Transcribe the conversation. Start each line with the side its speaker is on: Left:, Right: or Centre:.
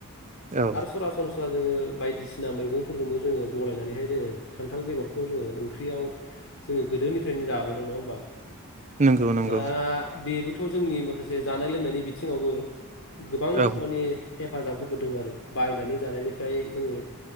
Right: औ
Left: आरो सरासनस्रा जोङो बायदिसिना मैगं फोरफोरजोंबो जोङो गलायनानैहाय जोङो खान्थाल बेगरखौ जोङो ओंख्रियाव जोङो गोदोनिफ्रायनो जाबोदों नङा होमबा
Right: नंगौ नंगौ
Left: दा बेबो बेथ जोंनि माखासे जानाय लोंनायनि बिथिङावबो गोबां
Right: औ
Left: माने हेफाजाब होबोदों आरो बायनानै जानायनिफ्राय जोङो